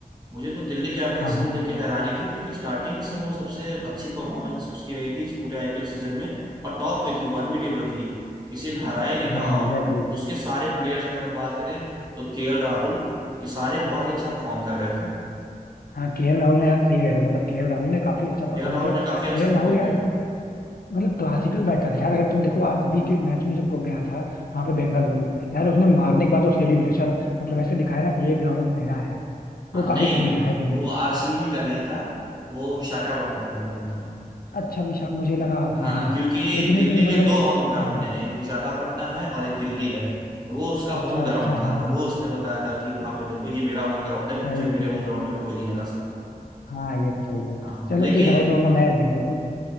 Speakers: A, on the right; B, on the left.
A: मुझे तो दिल्ली कैपिटल्स
B: हाँ हाँ
A: की लेके हैरानी थी क्योंकि स्टार्टिंग से वो सबसे अच्छी परफॉर्मेंस उसकी रही थी इस पूरे आईपीएल सीजन में और टॉप पे थी वो अनबीटेबल थी किसी ने हराया ही नहीं
B: हाँ
A: था
B: एग्जैक्टली
A: और उसके सारे प्लेयर्स अगर हम बात करें तो केएल राहुल ये सारे बहुत ही अच्छा परफॉर्म कर रहे थे
B: हाँ केएल राहुल ने यार सही कह रहे हो मतलब केएल राहुल ने काफी अच्छा परफॉर्म
A: केएल राहुल
B: किया
A: ने काफी अच्छा
B: केएल
A: परफॉर्म
B: राहुल यार
A: किया
B: मतलब क्लासिकल बैटर है यार अगर तुम देखो आरसीबी के मैच में जब वो गया था वहां पे बेंगलुरु यार उसने मारने के बाद वो सेलिब्रेशन मतलब ऐसे दिखाया ना कि ये ग्राउंड मेरा है
A: हाँ
B: वो
A: नहीं
B: काफी कूल था है कि नहीं
A: वो आरसीबी का नहीं था वो विशाखापट्टनम का ग्राउंड था
B: अच्छा विशाल मुझे लगा सीवी
A: हाँ
B: है
A: क्योंकि
B: लेकिन
A: दिल्ली
B: है वो
A: के
B: मतलब
A: दो होम ग्राउंड
B: हाँ
A: हैं एक विशाखापट्टनम है और एक दिल्ली है तो वो उसका
B: अच्छा
A: होम ग्राउंड
B: अच्छा
A: था
B: हाँ
A: तो वो
B: हाँ
A: उसने बताया था कि वहां पे देखो ये मेरा होम ग्राउंड है
B: सही
A: मुझे मेरे
B: कह
A: होम
B: रहे
A: ग्राउंड
B: हो।
A: पे कोई नहीं हरा सकता
B: हाँ ये तो सही कह रहे हो।
A: हाँ
B: चलो
A: लेकिन
B: ठीक है भाई तुम अपना मैच देख लो ठीक है